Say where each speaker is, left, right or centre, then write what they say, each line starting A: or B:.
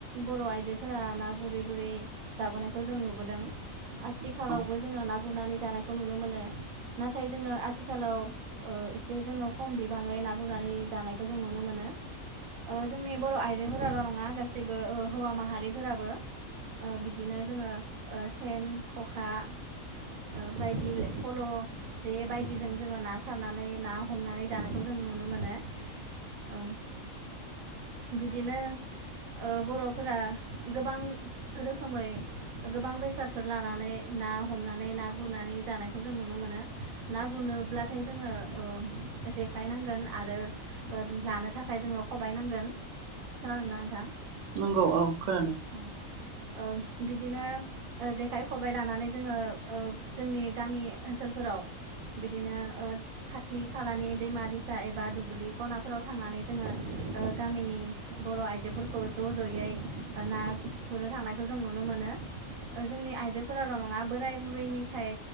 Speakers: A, on the right; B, on the right.
A: बर' आइजो फोर ना गुरै गुरै जाबोनायखौ जों नुबोदों। आथिखालावबो
B: औ
A: जोङो ना गुरनानै जानायखौ नुनो मोनो। नाथाय जोङो आथिखालाव ओ एसे जोङो खम बिबाङै ना गुरनानै जानायखौ जों नुनो मोनो। ओ जोंनि बर' आइजोफोराल' नङा गासिबो ओ हौवा माहारि फोराबो ओ बिदिनो जोङो ओ सेन, खखा, ओ बायदि फल', जे बायदिजों जोङो ना सारनानै ना हमनानै जानायखौ जों नुनो मोनो। ओ बिदिनो ओ बर'फोरा गोबां रोखोमै गोबां बेसादफोर लानानै ना हमनानै ना गुरनानै जानायखौ जों नुनो मोनो। ना गुरनोब्लाथाय जोंनो ओ जेखाय नांगोन आरो लानो थाखाय जोंनो खबाय नांगोन। खोनादोंना नोंथां?
B: नों औ औ खोनादों।
A: औ ओ बिदिनो ओ जेखाइ खबबाय लानानै जोङो ओ जोंनि गामि ओनसोलफोराव बिदिनो ओ खाथि खालानि दैमा दैसा एबा दुब्लि खनाफोराव थांनानै जोङो ओ गामिनि बर' आइजोफोरखौ ज' ज'यै ओ ना गुरनो थांनायखौ जों नुनो मोनो। ओ जोंनि आइजोफोराल' नङा बोराय बुरैनिफ्राय